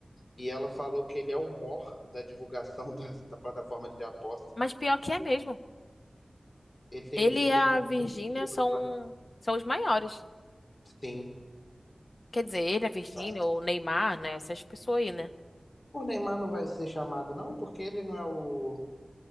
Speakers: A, on the left (about 45°); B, on the left (about 60°).
A: E ela falou que ele é o mor da divulgação <laughs> da, da plataforma de aposta.
B: Mas pior que é mesmo.
A: Ele tem,
B: Ele
A: ele
B: e
A: tem
B: a Virgínia
A: muito público,
B: são,
A: né?
B: são os maiores.
A: sim.
B: Quer dizer, ele, a Virgínia,
A: Ah.
B: ou o Neymar, né? Essas pessoas aí, né?
A: O Neymar não vai ser chamado, não, porque ele não é o.